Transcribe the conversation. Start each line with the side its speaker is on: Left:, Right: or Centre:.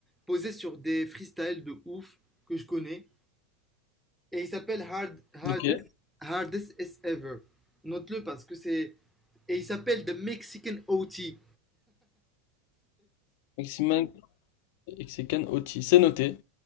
Centre: posé sur des freestyles de ouf que je connais, et il s'appelle Hard, Hardest,
Left: Ok.
Centre: Hardest As Ever. Note-le parce que c'est Et il s'appelle The Mexican OT.
Left: Maximin Mexican Oti, c'est noté.